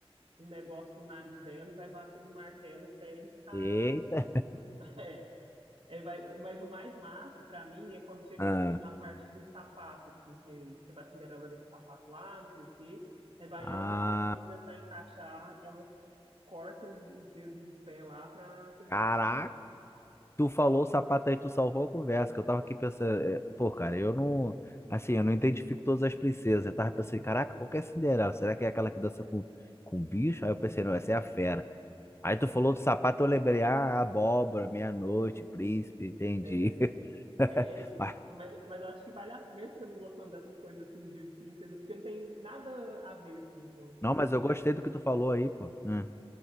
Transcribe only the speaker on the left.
eita.
Ah,
ah,
Caraca!
Tu falou o sapato aí, tu salvou a conversa, que eu tava aqui pensando, é, pô, cara, eu não, assim, eu não identifico todas as princesas, eu tava pensando, caraca, qual que é a Cinderela? Será que é aquela que dança com, com bicho? Aí eu pensei, não, essa é a fera. Aí tu falou do sapato, eu lembrei, ah, abóbora, meia-noite, príncipe, entendi.
<laughs>
Mas-
Não, mas
eu gostei
do que tu falou aí, pô. Hum.